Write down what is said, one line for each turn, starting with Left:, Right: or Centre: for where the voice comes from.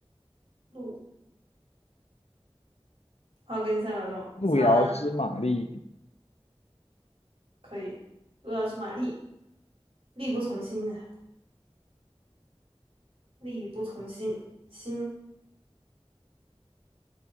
Right: 露。好，给你三秒钟，
Left: 路遥知马力，
Right: 三可以。饿要知马力，力不从心啊力不从心，心